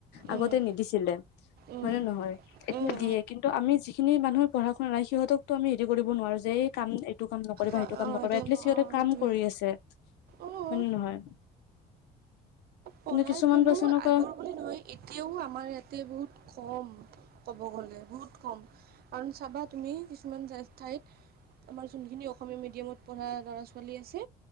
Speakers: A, on the right; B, on the left.
A: অঁ
B: আগতে নিদিছিলে,
A: অঁ
B: হয় নে নহয়? এতিয়া
A: অঁ
B: দিয়ে, কিন্তু আমি যিখিনি মানুহে পঢ়া শুনা নাই, সিহঁতকতো আমি হেৰি কৰিব নোৱাৰোঁ যে এই কাম এইটো কাম নকৰিবা,
A: অঁ
B: সেইটো কাম
A: অঁ
B: নকৰিবা,
A: এইটো
B: এটলিষ্ট সিহঁতে
A: অঁ
B: কাম
A: সেইটোৱে
B: কৰি আছে,
A: অঁ
B: হয় নে নহয়?
A: পঢ়াৰ
B: নহয়, কিছুমানতো
A: ভেলু
B: আছে এনেকুৱা
A: আগৰ বুলি নহয়, এতিয়াও আমাৰ ইয়াতে বহুত কম, ক'ব গ'লে, বহুত কম। কাৰণ চাবা তুমি, কিছুমান যা-ঠাইত আমাৰ যোনখিনি অসমীয়া মিডিয়ামত পঢ়া ল'ৰা ছোৱালী আছে